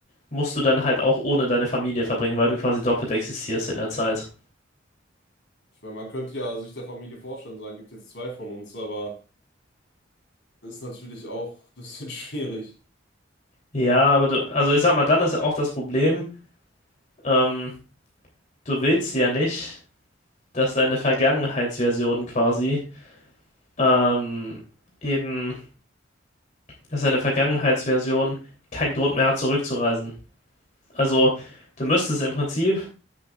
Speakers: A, on the left (about 40°); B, on the left (about 65°).
A: musst du dann halt auch ohne deine Familie verbringen, weil du quasi doppelt existierst in der Zeit.
B: Ich meine, man könnte ja sich der Familie vorstellen, sagen, gibt jetzt zwei von uns, aber ist natürlich auch ein bisschen <laughs> schwierig.
A: Ja, aber du, also ich sag mal, dann ist auch das Problem, ähm, du willst ja nicht, dass deine Vergangenheitsversion quasi ähm, eben, dass deine Vergangenheitsversion keinen Grund mehr hat, zurückzureisen. Also du müsstest im Prinzip